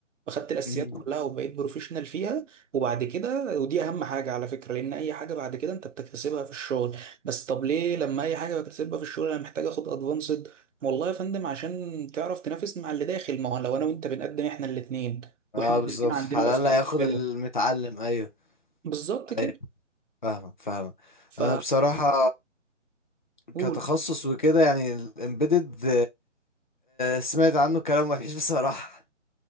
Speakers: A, on the right; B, on the left.
A: فخدت الأساسيات
B: مم.
A: كلها وبقيت بروفيشنال فيها وبعد كده ودي أهم حاجة على فكرة لأن أي حاجة بعد كده أنت بتكتسبها في الشغل بس طب ليه لما أي حاجة بكتسبها في الشغل أنا محتاج آخد أدفانسد والله يا فندم عشان تعرف تنافس مع اللي داخل ما هو لو أنا وأنت بنقدم إحنا الاتنين
B: اه
A: وإحنا الاتنين
B: بالظبط
A: عندنا
B: على
A: الأساسيات
B: الاقل هياخد
A: حلوة
B: المتعلم ايوه
A: بالظبط كده
B: ايوه فاهمك فاهمك
A: ف
B: انا بصراحه
A: قول
B: كتخصص وكده يعني الامبيدد سمعت عنه كلام وحش <laughs> بصراحه